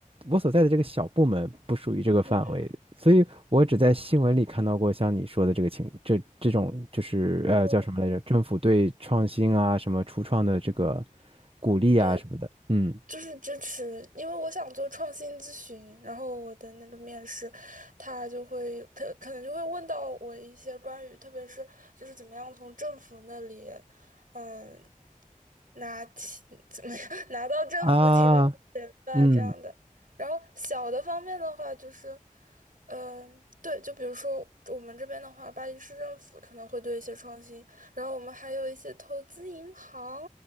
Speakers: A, on the right; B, on the right.
A: 我所在的这个小部门不属于这个范围，
B: 嗯
A: 所以我只在新闻里看到过像你说的这个情这这种就是呃叫什么来着？
B: 嗯，
A: 政府对创新啊什么初创的这个鼓励啊什么的，
B: 对。
A: 嗯
B: 就是支持，因为我想做创新咨询，然后我的那个面试，他就会他可能就会问到我一些关于，特别是就是怎么样从政府那里，嗯，拿提怎么样 <laughs> 拿到政府提供的钱吧这样的。
A: 啊嗯
B: 然后小的方面的话，就是，嗯、对，就比如说我们这边的话，巴黎市政府可能会对一些创新，然后我们还有一些投资银行，